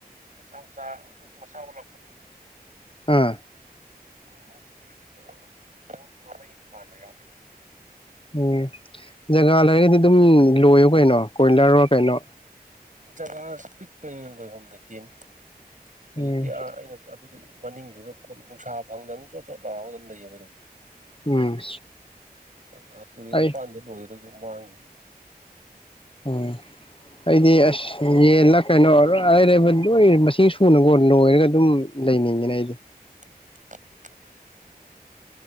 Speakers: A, on the right (about 50°); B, on the left (about 35°).
A: ꯃꯆꯥ ꯃꯆꯥ ꯃꯆꯥ ꯑꯣꯜꯂꯛꯄꯗꯣ
B: ꯑꯥ
A: ꯑꯗꯨꯕꯨꯗꯤ ꯀꯨꯟꯃꯨꯛ ꯁꯨꯔꯦ ꯑꯗꯨ ꯇꯧꯔꯒ ꯈꯤꯇꯪ ꯃꯃꯩꯒ ꯄꯥꯟꯕ ꯌꯥꯎꯔꯦ
B: ꯎꯝ ꯖꯒꯥ ꯂꯩꯔꯒꯗꯤ ꯑꯗꯨꯝ ꯂꯣꯏꯌꯣ ꯀꯩꯅꯣ ꯀꯣꯏꯂꯔꯣ ꯀꯩꯅꯣ
A: ꯖꯒꯥ ꯄꯤꯛꯄꯅꯤꯅ ꯂꯣꯏꯕꯝ ꯂꯩꯇꯦꯅꯦ ꯍꯧꯖꯤꯛꯀꯤ
B: ꯎꯝ
A: ꯑꯥ ꯑꯩꯅ ꯑꯗꯨꯗꯨꯏ ꯃꯅꯤꯡꯗꯨꯗ ꯅꯨꯡꯁꯥ ꯐꯪꯗꯕꯅꯤꯅ ꯆꯣꯠ ꯆꯣꯠ ꯂꯥꯎꯔ ꯑꯗꯨꯝ ꯂꯩꯌꯦꯕ ꯑꯗꯨꯝ
B: ꯎꯝ
A: ꯖꯒꯥ ꯇꯨꯔꯦꯜ
B: ꯑꯩ
A: ꯃꯄꯥꯟꯗ ꯂꯣꯏꯒꯗꯕꯁꯨ ꯃꯥꯡꯈꯤꯅꯤ
B: ꯎꯝ ꯑꯩꯗꯤ ꯑꯁ ꯌꯦꯜꯂ ꯀꯩꯅꯣ ꯑꯔꯩ ꯑꯔꯩ ꯂꯣꯏ ꯃꯁꯤꯡ ꯁꯨꯅꯀꯣ ꯂꯣꯏꯔꯒ ꯑꯗꯨꯝ ꯂꯩꯅꯤꯡꯉꯤꯅꯦ ꯑꯩꯗꯤ
A: <unintelligible>